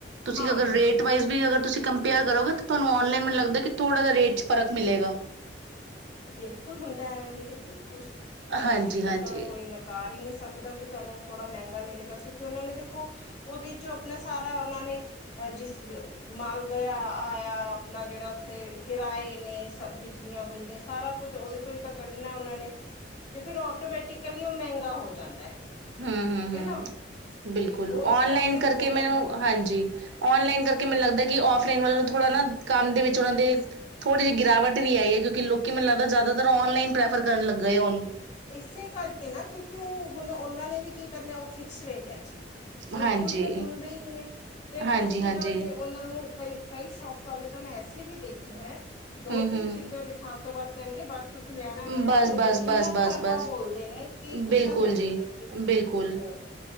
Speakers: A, on the right; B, on the left.
A: ਤੁਸੀਂ
B: ਹਾਂਜੀ
A: ਅਗਰ ਰੇਟ ਵਾਈਜ਼ ਵੀ ਅਗਰ ਤੁਸੀਂ ਕੰ ਪੇਅਰ ਕਰੋਗੇ ਤਾਂ ਤੁਹਾਨੂੰ ਉਨਲਾਈਨ ਮੈਨੂੰ ਲੱਗਦਾ, ਥੋੜਾ ਰੇਟ 'ਚ ਫ਼ਰਕ ਮਿਲੇਗਾ।
B: ਬਿਲਕੁਲ ਹੁੰਦਾ ਆਵੇ ਦੀਦੀ ਬਿਲ ਖੁਸ਼
A: ਹਾਂਜੀ-ਹਾਂਜੀ,
B: ਇਸ ਚੀਜ਼ ਨੂੰ ਤਾਂ ਕੋਈ ਨਕਾਰ ਹੀ ਨਹੀ ਸਕਦਾ ਕਿ ਤੁਹਾਨੂੰ ਥੋੜਾ ਮਹਿੰਗਾ ਮਿਲੇਗਾ ਕਿਉਂਕਿ ਉਹਨਾਂ ਨੇ ਦੇਖੋ ਉਹਦੇ ਚੋਂ ਆਪਣਾ ਸਾਰਾ ਉਹਨਾਂ ਨੇ ਅ ਜਿਸ ਮਾਲ ਗਇਆ, ਆਇਆ ਆਪਣਾ ਜਿਹੜਾ ਉੱਥੇ ਕਿਰਾਏ ਨੇ ਸਭ ਬਿਜਲੀਆਂ-ਬੁਜਲੀਆਂ ਸਾਰਾ ਕੁਜ ਔਸੇ ਦੇ ਤੋ ਹੀ ਤਾ ਕੱਢਣਾ ਔਨਾਂ ਨੇ, ਤੇ ਫੇਰ ਆਟੋਮੈਟਿਕਲੀ ਉਹ ਮਹਿੰਗਾ ਹੋ ਜਾਂਦਾ।
A: ਹੂੰ ਹੂੰ
B: ਠੀਕ
A: ਹੂੰ।
B: ਹੈ ਨਾ
A: ਬਿਲਕੁਲ
B: ਤੇ ਉਹ ਇਸ
A: ਔਨਲਾਈਨ ਕਰਕੇ
B: ਹੋ ਜਾਂਦਾ
A: ਮੈਨੂੰ ਹਾਂਜੀ ਔਨਲਾਈਨ ਕਰਕੇ ਮੈਨੂੰ ਲੱਗਦਾ ਕਿ ਆਫਲਾਈਨ ਵਾਲੇ ਨੂੰ ਥੋੜਾ ਨਾ ਕੰਮ ਦੇ ਵਿੱਚ ਉਹਨਾਂ ਦੇ, ਥੋੜੀ ਜਿਹੀ ਗਿਰਾਵਟ ਵੀ ਆਈ ਹੈ ਕਿਉਂਕਿ ਲੋਕੀ ਮੈਨੂੰ ਲੱਗਦਾ ਜਿਆਦਾ ਮਤਲਬ ਔਨਲਾਈਨ ਪ੍ਰੈਫਰ ਕਰਨ ਲੱਗ ਗਏ ਹੁਣ।
B: ਇਸੇ ਕਰਕੇ ਨਾ ਕਿਉਂਕਿ ਉਹ ਹੁਣ ਉਹਨਾਂ ਨੇ ਵੀ ਕੀ ਕਰਨਾ ਉਹ ਫਿਕਸ ਰੇਟ ਹੈ ਜੀ। ਬਿਲਕੁਲ
A: ਹਾਂਜੀ,
B: ਵੀ ਉਹ ਸੁਨਦੇ ਹੀ ਨਹੀਂ ਐ ਫੇਰ
A: ਹਾਂਜੀ-ਹਾਂਜੀ
B: ਦੂਸਰੀ ਗੱਲ ਜੇ ਉਹਨਾਂ ਨੂੰ ਕਈ, ਕਈ ਸ਼ੌਪਸ ਵਾਲੇ ਤਾਂ ਮੈਂ ਐਸੇ ਵੀ ਦੇਖੇ ਹੈ ਦੋ-ਤਿੰਨ
A: ਹੂੰ-ਹੂੰ
B: ਚੀਜ਼ਾਂ ਦਿਖਾਣ ਤੋਂ ਬਾਦ ਕਹਿਣਗੇ ਬਾਕ ਤੁਸੀਂ ਲੈਣਾ ਏ ਲਓ
A: ਬਸ-ਬਸ,
B: ਨਹੀ ਤੇ
A: ਬਸ-ਬਸ,
B: ਇੰਨਾ
A: ਬਸ ਬਸ
B: ਕੜਵਾ
A: ਬਸ ਬਸ
B: ਬੋਲਦੇ ਨੇ ਕਿ
A: ਬਸ
B: ਗੁੱਸਾ
A: ਬਿਲਕੁਲ
B: ਚੜ ਜਾਂਦਾ
A: ਜੀ
B: ਕਿ
A: ਬਿਲਕੁਲ
B: ਅਹ